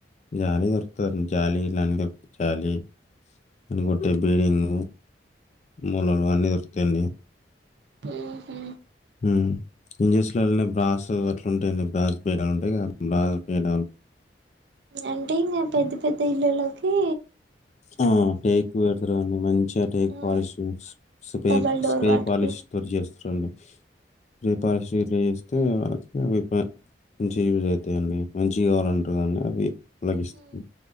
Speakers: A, on the left (about 40°); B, on the right (about 75°).
A: జాలి దొరుకుతారు జాలి ఇలాంటి దొరు జాలి అని కొట్టే బీల్డింగ్ మూలలు అన్ని దొరుకుతాయండి
B: ఉహు
A: ఉమ్ ఇంజెస్లోని బ్రాస్ అట్లా ఉంటాయండి బ్రాస్ బేడాలు ఉంటాయి కదా బ్రాస్ బేడ
B: అంటే ఇంకా పెద్ద పెద్ద ఇళ్లులోకి
A: ఆ టేక్ పెడతారు కదండి మంచిగా టేక్
B: ఆ
A: polish spray
B: double door
A: spray
B: వాటికి
A: పాలిష్ తోటి చేస్తా రండి రే పాలిష్ ఇట్లా చేసి అతే వాళ్ళకి అవి మంచి యూజ్ అవుతాయిండి మంచి కావాలంటారు కానీ అవి అలాగిస్తాయి
B: ఉమ్